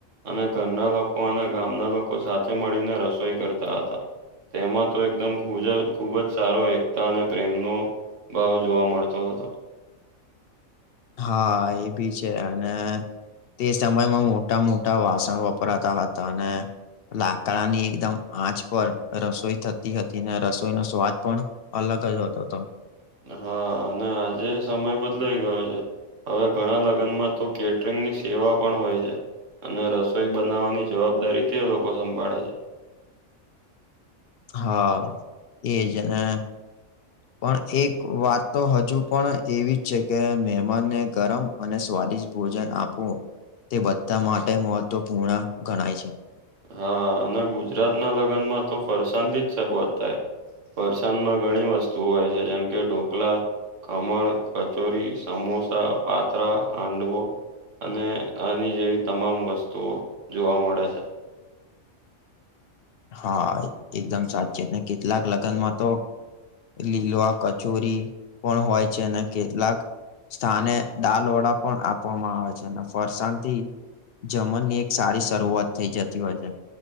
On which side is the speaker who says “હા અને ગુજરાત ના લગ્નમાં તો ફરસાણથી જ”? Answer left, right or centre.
Right